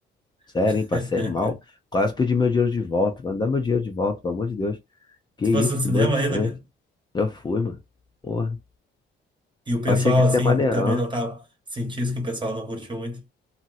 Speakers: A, on the left; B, on the right.
A: sério,
B: <laughs>
A: hein? Passei mal. Quase pedi meu dinheiro de volta. Vai me dar meu dinheiro de volta, pelo amor de Deus. Que
B: Se
A: isso,
B: fosse no cinema
A: que broxante.
B: ainda, cara.
A: Eu fui, mano. Porra.
B: E o pessoal,
A: Eu achei que ia
B: assim,
A: ser maneirão.
B: também não tava. Senti que o pessoal não curtiu muito.